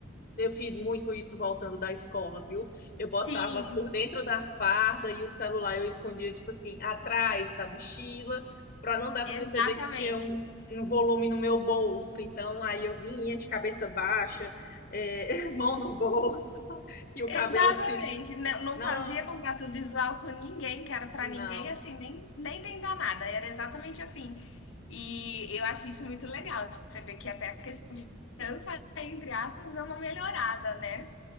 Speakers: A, on the left (about 40°); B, on the left (about 70°).
A: Eu fiz muito isso voltando da escola, viu? Eu botava
B: Sim,
A: por dentro da farda e o celular eu escondia, tipo assim, atrás da mochila, para não dar
B: exatamente.
A: para perceber que tinha um, um volume no meu bolso. Então, aí eu vinha de cabeça baixa, é, <laughs> mão no bolso <laughs> e o
B: Exatamente,
A: cabelo assim.
B: não, não
A: Nossa,
B: fazia contato visual com ninguém, que era para
A: não.
B: ninguém, assim, nem, nem tentar nada, era exatamente assim. E eu acho isso muito legal, você vê que até a questão de criança, entre aspas, dá uma melhorada, né?